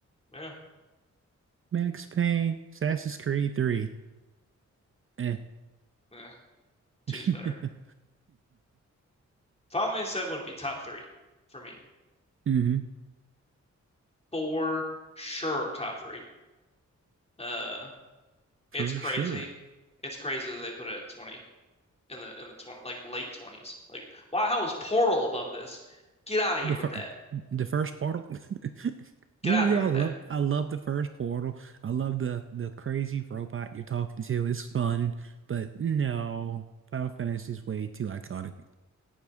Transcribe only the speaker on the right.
Max Payne, Assassin's Creed 3. Eh.
<laughs>
hmm
for
sure.
The
first,
the first portal. <laughs>
Even
though
I
love,
I love the first portal. I love the the crazy robot you're talking to. It's fun, but no, Final Fantasy is way too iconic.